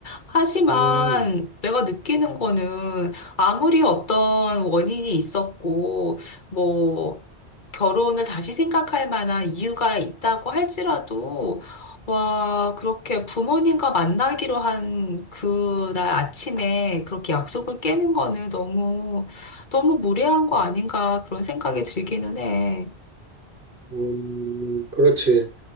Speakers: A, on the left (about 50°); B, on the right (about 65°).
A: 하지만
B: 음,
A: 내가 느끼는 거는 아무리 어떤 원인이 있었고, 뭐, 결혼을 다시 생각할 만한 이유가 있다고 할지라도 와, 그렇게 부모님과 만나기로 한 그날 아침에 그렇게 약속을 깨는 거는 너무, 너무 무례한 거 아닌가 그런 생각이 들기는 해.
B: 음, 그렇지.